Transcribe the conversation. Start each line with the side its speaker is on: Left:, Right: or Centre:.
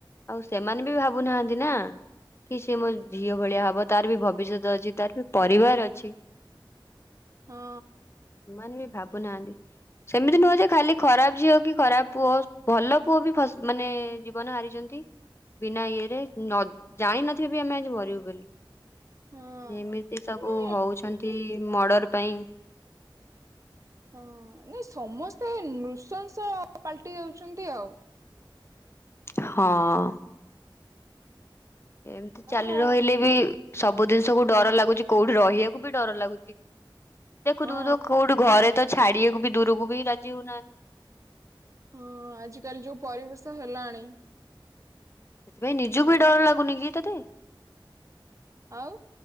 Left: ଆଉ ସେମାନେ ବି ଭାବୁନାହାନ୍ତି ନା କି ସେ ମୋ ଝିଅ ଭଳିଆ ହବ ତାର ବି ଭବିଷ୍ୟତ ଅଛି ତାର ବି ପରିବାର ଅଛି। <inaudible>
Right: ହଁ।
Left: ସେମାନେ ବି ଭାବୁନାହାନ୍ତି। ସେମିତି ନୁହଁ ଯେ ଖାଲି ଖରାପ ଝିଅ କି ଖରାପ ପୁଅ ଭଲ ପୁଅ ବି ମାନେ ଜୀବନ ହାରିଛନ୍ତି ବିନା ଇଏରେ ନ ଜାଣିନଥିବେ ବି ଆମେ ଆଜି ମରିବୁ ବୋଲି।
Right: ହଁ
Left: ଏମିତି ସବୁ
Right: ମାନେ
Left: ହଉଛନ୍ତି ମର୍ଡର ପାଇଁ।
Right: ହଁ। ନାଇଁ ସମସ୍ତେ ନୃସଂସ ପାଲଟି ଯାଉଛନ୍ତି ଆଉ।
Left: ହଁ। ଏମିତି
Right: ତା
Left: ଚାଲି
Right: ଭ
Left: ରହିଲେ ବି ସବୁ ଜିନିଷ କୁ ଡର ଲାଗୁଛି କୋଉଠି ରହିବାକୁ ବି ଡର ଲାଗୁଛି ଦେଖୁୁଥିବୁ
Right: ହଁ
Left: ତ କୋଉଠି ଘରେ ତ ଛାଡିବାକୁ ବି ଦୂରକୁ ବି ରାଜି ହଉନାହାନ୍ତି।
Right: ହଁ, ଆଜିକାଲି ଯୋଉ ପରିବେଶ ହେଲାଣି।
Left: ସେଥିପାଇଁ ନିଜକୁ ବି ଡର ଲାଗୁନି କି ତତେ।
Right: ଆଉ